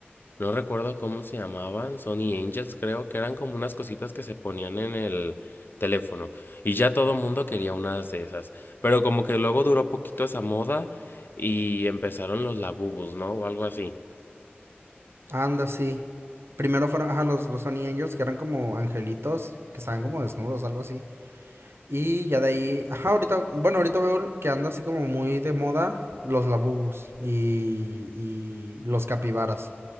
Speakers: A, on the left; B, on the right.
A: No recuerdo cómo se llamaban, Sony Angels creo, que eran como unas cositas que se ponían en el teléfono y ya todo mundo quería unas de esas, pero como que luego duró poquito esa moda y empezaron los labubus, ¿no? O algo así.
B: Anda, sí. Primero fueron, ajá, los, los Honey Angels, que eran como angelitos, que estaban como desnudos, algo así. Y ya de ahí, ajá, ahorita, bueno, ahorita veo que anda así como muy de moda los labubus y, y los capibaras.